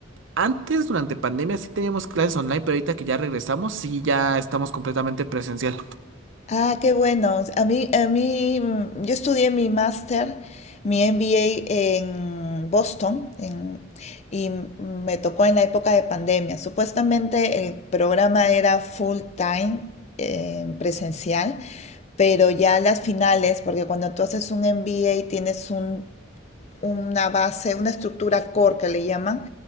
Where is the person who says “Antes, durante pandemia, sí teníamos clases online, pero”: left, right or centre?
Right